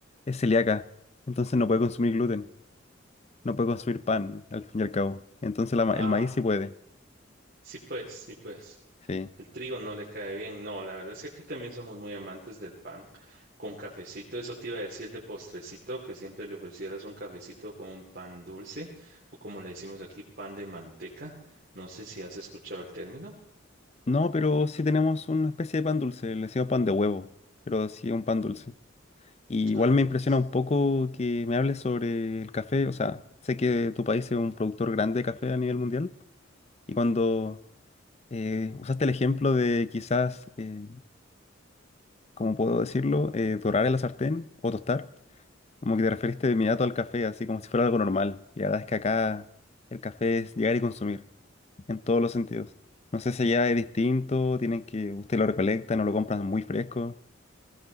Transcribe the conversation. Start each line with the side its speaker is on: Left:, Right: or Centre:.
Left: es celíaca, entonces no puede consumir gluten, no puede consumir pan, al fin y al cabo. Entonces la ma-
Right: Ah,
Left: el maíz sí puede,
Right: Sí, pues, sí, pues.
Left: sí.
Right: El trigo no le cae bien. No, la verdad es que aquí también somos muy amantes del pan con cafecito. Eso te iba a decir de postrecito, que siempre le ofrecieras un cafecito con un pan dulce o como le decimos aquí, pan de manteca. No sé si has escuchado el término.
Left: No, pero sí tenemos una especie de pan dulce, le decimos pan de huevo, pero sí es un pan dulce. Y igual
Right: Ah, de
Left: me
Right: veras.
Left: impresiona un poco que me hables sobre el café, o sea, sé que tu país es un productor grande de café a nivel mundial y cuando eh, usaste el ejemplo de quizás... eh, ¿cómo puedo decirlo? eh, dorar en la sartén o tostar. Como que te referiste de inmediato al café, así como si fuera algo normal. Y la verdad es que acá el café es llegar y consumir, en todos los sentidos. No sé si allá es distinto, tienen que, usted lo recolecta, no lo compran muy fresco,